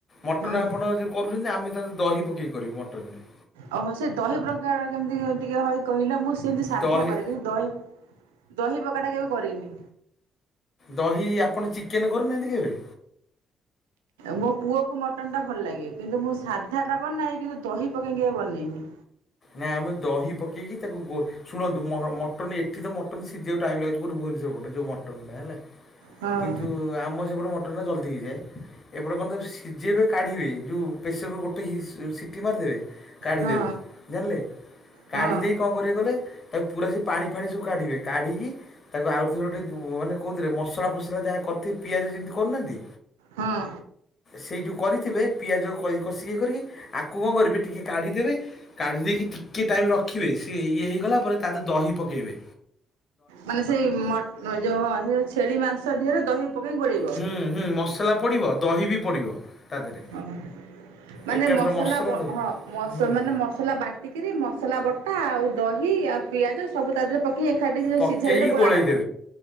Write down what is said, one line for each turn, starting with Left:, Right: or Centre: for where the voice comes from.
Left: ମଟନ୍
Right: ହୁଁ।
Left: ଆପଣ ଯୋଉ କରୁଛନ୍ତି ଆମେ ତା ଦେହରେ ଦହି ପକେଇି କରିବୁ ମଟନରେ।
Right: ଓହୋ ସେ ଦହି ପ୍ରକାର କେମିତି ଟିକେ ଭାଇ କହିଲେ ମୁଁ ସେମିତି ସାଧା
Left: ଦହି
Right: କରେ କିନ୍ତୁ। ଦହି ଦହି ପ୍ରକାରଟା କେବେ କରିନି।
Left: ଦହି ଆପଣ ଚିକେନ କରିନାହାନ୍ତି କେବେ।
Right: ମୋ ପୁଅକୁ ମଟନ୍ ଟା ଭଲ ଲାଗେ। କିନ୍ତୁ ମୁଁ ସାଧାଟା ବନାଏ କିନ୍ତୁ ଦହି ପକାଇକି କେବେ ବନେଇନି।
Left: ନା ଆମେ ଦହି ପକେଇକି ତାକୁ ଗୋ। ଶୁଣନ୍ତୁ ମ-ମଟନ୍ ଏଠି ତ ମଟନ୍ ସିଜିବାକୁ ଟାଇମ୍ ଲାଗୁଚି କଉଠେ ଭୁବନେଶ୍ୱର ପଟେ ଯଉ ମ ମଟନ୍ ଟା ହେଲା
Right: ହଁ
Left: କିନ୍ତୁ ଆମର ସେପଟେ ମଟନ୍ ଟା ଜଲ୍ଦି ହେଇଯାଏ। ଏପଟେ କଣ ତାକୁ ସିଜେଇବେ କାଢ଼ିବେ ଯଉ ପ୍ରେସର୍ କୁକର୍ ଟେ ହିସ୍- ସିଟି ମାରିଦେବେ କାଢିଦେବେ
Right: ହଁ
Left: ଜାଣିଲେ
Right: ହଁ
Left: କାଢି ଦେଇେ କଣ୍ କରିବେ କହିଲେ ତାକୁ ପୁରା ସେ ପାଣି ଫାଣି ସବୁ କାଢିବେ କାଢ଼ିକି ତାକୁ ଆଉଥରେ ଗୋଟେ ମାନେ କଉଥିରେ ମସଲା ଫସଲା ଯାହା କରିଥି ପିଆଜ ଯେମିତି କରୁନାହାଁନ୍ତି
Right: ହଁ।
Left: ସେଇ ଯଉ କରିଥିବେ ପିଆଜ କଇ -କଷିକି କରିକି ଆକୁ କଣ କରିବି ଟିକିଏ କାଢ଼ିଦେବି କାଢ଼ିଦେଇକି ଟିକିଏ ଟାଇମ୍ ରଖିବେ ସେ ଇଏ ହେଇଗଲା ପରେ ତା ଦେ ଦହି ପକେଇବେ।
Right: ମାନେ ସେଇ ମଟ୍- ଯଉ ସେ ଛେଳି ମାଂସ ଦିହରେ ଦହି ପକେଇକି ଗୋଳେଇବ।
Left: ହୁଁ ହୁଁ ମସଲା ପଡ଼ିବ ଦହି ବି ପଡ଼ିବ। ତା ଦେହରେ
Right: ଓ ମାନେ
Left: ଏକାଥର
Right: ମସଲା ବ-
Left: ଦହି
Right: ହଁ ମସ-
Left: ହୁଁ
Right: ମାନେ ମସ ମସଲା ବାଟିକିରି ମସଲା ବଟା ଆଉ ଦହି ଆଉ ପିଆଜ ସବୁ ତା ଦେହରେ ପକେଇି ଏକାଠି ସେ
Left: ପକେଇକି
Right: ସିଝା ଦେହରେ ଗୋଳା
Left: ଗୋଳେଇ
Right: ହବ?